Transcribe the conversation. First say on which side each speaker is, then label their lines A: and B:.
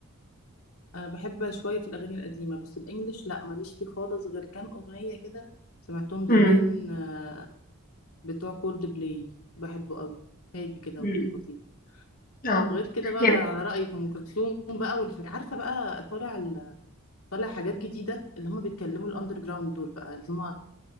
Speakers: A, on the left; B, on the left.
A: انا بحب شويه في الاغاني القديمه بس الانجليش لا ماليش فيه خالص غير كام اغنيه كده سمعتهم زمان
B: امم
A: آه، بتوع كولد بلاي بحبه قوي هادي كده
B: امم
A: ولطيف
B: اه
A: غير كده بقى
B: يعني
A: على رايك ام كلثوم بقى والحاجة عارفه بقى طالع ال- طالع حاجات جديده اللي هم بيتكلموا الاندر جراوند دول بقى اللي هم